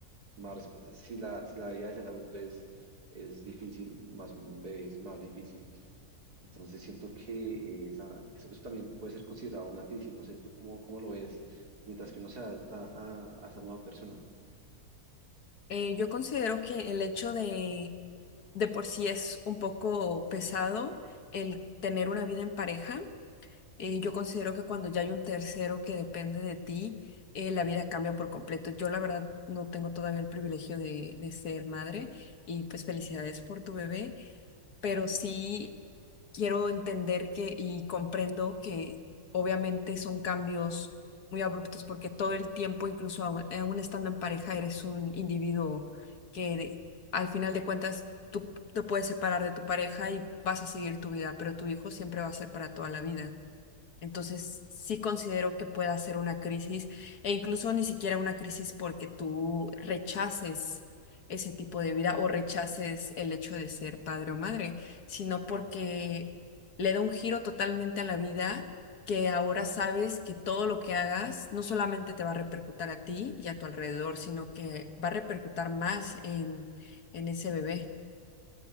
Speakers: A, on the right; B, on the left.
A: más, si la, si la vida de ser adulto es, es difícil, más un bebé es más difícil. Entonces siento que esa, eso, eso también puede ser considerado una crisis, no sé tú cómo, cómo lo ves, mientras que uno se adapta a, a esta nueva persona.
B: Eh, yo considero que el hecho de, de por sí es un poco pesado el tener una vida en pareja. Eh, yo considero que cuando ya hay un tercero que depende de ti, eh, la vida cambia por completo. Yo la verdad no tengo todavía el privilegio de, de ser madre y pues felicidades por tu bebé, pero sí. quiero entender que y comprendo que obviamente son cambios muy abruptos porque todo el tiempo, incluso aún, aún estando en pareja, eres un individuo que al final de cuentas tú te puedes separar de tu pareja y vas a seguir tu vida, pero tu hijo siempre va a ser para toda la vida. Entonces, sí considero que pueda ser una crisis e incluso ni siquiera una crisis porque tú rechaces ese tipo de vida o rechaces el hecho de ser padre o madre, sino porque le da un giro totalmente a la vida que ahora sabes que todo lo que hagas no solamente te va a repercutir a ti y a tu alrededor, sino que va a repercutir más en, en ese bebé.